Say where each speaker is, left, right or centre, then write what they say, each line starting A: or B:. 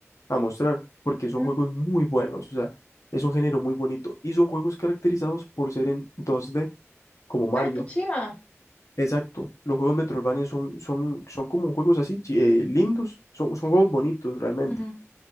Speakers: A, on the left; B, on the left.
A: a mostrar porque son
B: ujú.
A: juegos muy buenos. O sea, es un género muy bonito y son juegos caracterizados por ser en 2D, como Mario.
B: Ay, qué chiva.
A: Exacto, los juegos Metroidvania son, son, son como juegos así, chi- eh, lindos, son, son juegos bonitos realmente
B: Ujú,